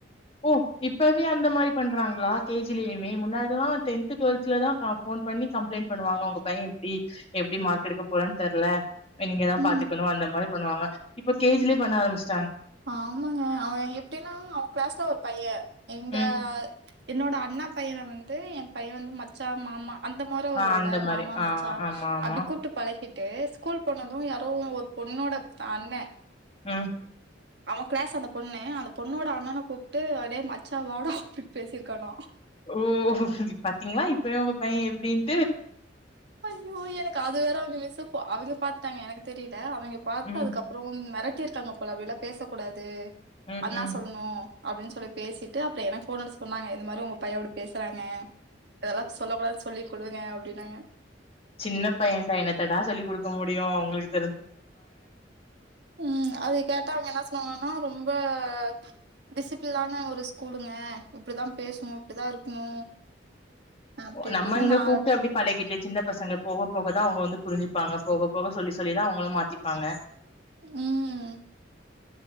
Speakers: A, on the left; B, on the right.
A: ஓ இப்பவே அந்த மாரி பண்றாங்களா கே ஜி-லயுமே முன்னாடிலா டென்த் டுவெல்த் லதா ஃபோன் பண்ணி கம்ப்ளைண்ட் பண்ணுவாங்க உங்க பையன் இப்டி எப்டி மார்க்கெட்டுக்க போறான்னு தெர்ல நீங்கதா
B: ம்.
A: பாத்துக்கணு அந்த மாரி பண்ணுவாங்க இப்ப கே ஜி-லயே பண்ண ஆரமிச்
B: ஆமாங்க அவெ எப்டினா அவெ கிளாஸ்ல ஒரு பையன் எங்க
A: ம்
B: என்னோட அண்ணா பையன வந்துட்டு என் பையன் வந்து மச்சா மாமா அந்த மொற வருல்ல
A: ஆ அந்த மாரி
B: மாமா
A: ஆ
B: மச்சா
A: ஆமா ஆமா.
B: அப்டி கூப்ட்டு பழகிட் ட்டு ஸ்கூல் போனது யாரோ ஒரு பொண்ணோட அண்ணே
A: ம்
B: அவன் கிளாஸு அந்த பொண்ணு அந்த பொண்ணோட அண்ணன கூப்ட்டு அடே மச்சா வாடா அப்டின்னு பேசிருக்காணா
A: ஓ பாத்தீங்களா இப்பயே உங்க பையன் எப்டின்
B: ஐயோ எனக்கு அது வேற அங்க அவிங்க பாத்துட்டாங்க எனக்கு தெரியு க அவங்க பாத்து
A: ம்,
B: அதுக்கப்புறம் மெரட் டிருக்காங்க போல அப்டிலா பேச கூடாது
A: ம்,
B: அண்ணா
A: ம்.
B: சொல்ணு அப்டின்னு சொல்லி பேசிட்டு அப்புறம் எனக்கு ஃபோனடிச்சு சொன்னாங்க இந்த மாரி உங்க பையன் இப்டி பேசுறாங்க அதெல்லா சொல்லக் கூடாதுனு சொல்லிக் குடுங்க அப்டினாங்க
A: சின்னப் பையன்டா என்னத்தடா சொல்லி கொடுக் க்க முடியு அவுங்களுக்
B: உம் அத கேட்டா அவுங்க என்ன சொன்னாங்கன்னா ரொம்ப ம்ப டிசிஃப்ளினான ஒரு ஸ்கூலுங்க இப்டிதா பேசணு இப்டிதா இருக்கணு அப்டி இப்டின்னு
A: நம்ம இங்க
B: நா
A: கூப்ட்டு அப்டி பழகிட்டு சின்ன பசங்க போக போக அப்பதான் அவங்க வந்து புரிஞ்சிப்பாங்க போக போக சொல்லி சொல்லிதான் அவங்களும் மாத்திப்பாங்க
B: உம்